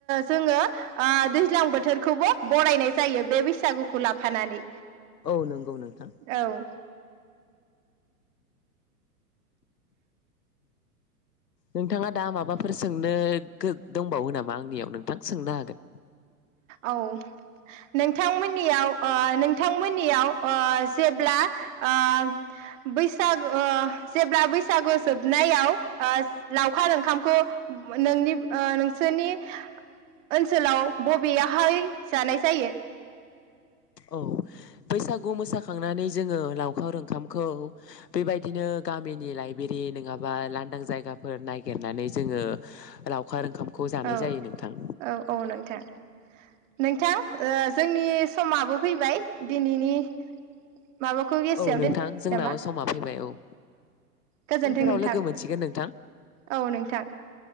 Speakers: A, on the right; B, on the left.
A: जोङो ओ दैज्लां बोथोरखौबो बरायनाय जायो बे बैसागुखौ लाफानानै
B: औ नों गौ नोंथां
A: औ
B: नोंथाङा दा माबाफोर सोंनो दंबावो नामा आंनियाव नोंथां सोंनो हागोन
A: औ नोंथांमोननियाव ओ नोंथांमोननियाव ओ जेब्ला ओ बैसागु ओ जेब्ला बैसागु ओ जोबनायाव ओ लावखार ओंखामखौ नोंनि नोंसोरनि ओनसोलाव बबेयाहाय जानाय जायो
B: औ बैसागु मोसाखांनानै जोङो लावखार ओंखामखौ बेबायदिनो गामिनि लाइब्रेरि नङाबा लांदां जायगाफोर नायागिरनानै जोङो लावखार खार ओंखामखौ जानाय
A: औ
B: जायो नोंथां
A: औ औ नोंथां नोंथां जोंनि समाबो फैबाय दिनैनि माबाखौ एसेयाव
B: औ नोंथां
A: दोन
B: जोंनाबो
A: नामा
B: समा फैबाय औ
A: गोजोन्थों
B: उनफोराव
A: नोंथां
B: लोगो मोनसिगोन नोंथां
A: औ नोंथां